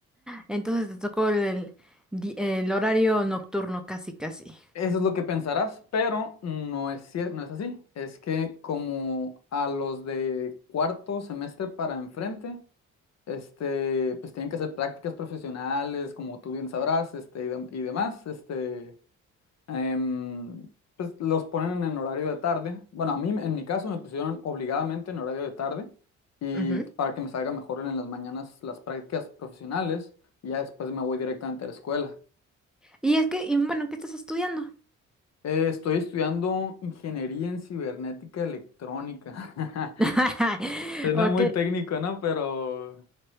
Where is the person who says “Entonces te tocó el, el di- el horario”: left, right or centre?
Centre